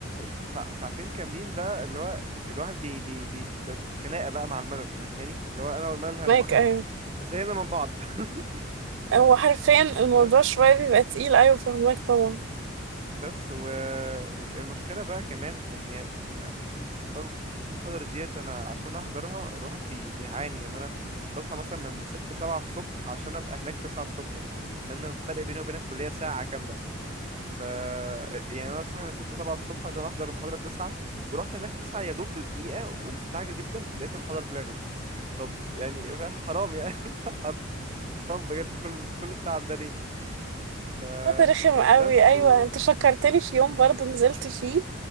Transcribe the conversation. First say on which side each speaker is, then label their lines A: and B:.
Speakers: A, on the right; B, on the right.
A: ساع- ساعتين كاملين بقى اللي هو الواحد بي بي بيتخناقه بقى مع الملل فاهماني اللي هو انا والملل هن...
B: مايك
A: هن...
B: ايوه
A: زهقنا من بعض <laughs>
B: هو حرفيا الموضوع
A: بس
B: شوية بيبقى تقيل ايوه فهمك طبعا
A: بس والمشكله بقى كمان ان يعني أول المحاضرة ديت أنا عشان أحضرها الواحد بي بيعاني يعني أنا بصحى مثلا من ستة سبعة الصبح عشان أبقى هناك تسعة الصبح دي لأن الفرق بيني وبين الكلية ساعة كاملة ف يعني انا صاحي من 6 7 الصبح عشان احضر المحاضره 9 ورحت هناك 9 يا دوب بالدقيقه ومستعجل جدا لقيت المحاضره اتلغت طب يعني <laughs> ف- حرام يعني <laughs> حرام بجد كل كل التعب ده ليه ف
B: وقت رخم قوي
A: بس
B: ايوه
A: و
B: انت فكرتني في يوم برضه نزلت فيه